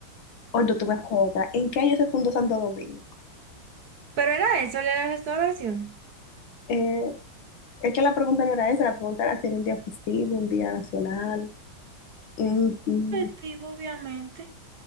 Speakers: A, on the left (about 70°); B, on the right (about 55°).
A: O no, te voy a hacer otra. ¿En qué año se fundó Santo Domingo?
B: Pero era eso, la restauración.
A: Eh, es que la pregunta no era esa, la pregunta era si era un día festivo, un día nacional. Mm, mm,
B: festivo, obviamente.